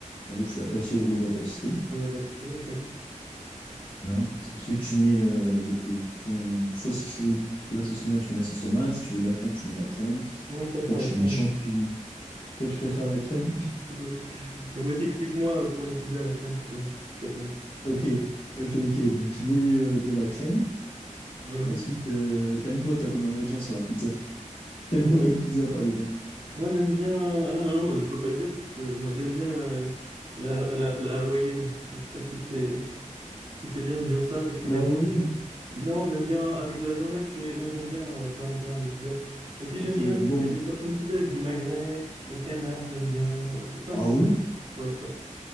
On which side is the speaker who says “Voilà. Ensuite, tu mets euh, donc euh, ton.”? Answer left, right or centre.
Left